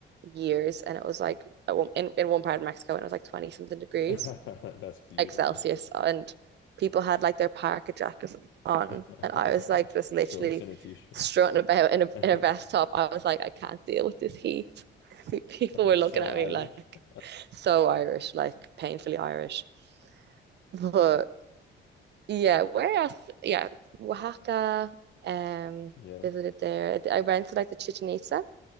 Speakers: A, on the right; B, on the left.
A: years, and it was like at one, in in one part of Mexico, and it was like twenty something degrees.
B: <laughs> That's beautiful.
A: Excelsius and people had like their parka jackets on
B: <laughs>
A: and I was like just literally
B: Shorts and a t-shirt.
A: strutting about in a
B: <laughs>
A: in a vest top. I was like, I can't deal with this heat. <laughs> People were
B: So
A: looking at
B: Irish.
A: me like
B: <laughs>
A: so Irish, like painfully Irish. But yeah, where else? Yeah, Oaxaca. Um,
B: Yeah.
A: visited there. I went to like the Chichen Itza.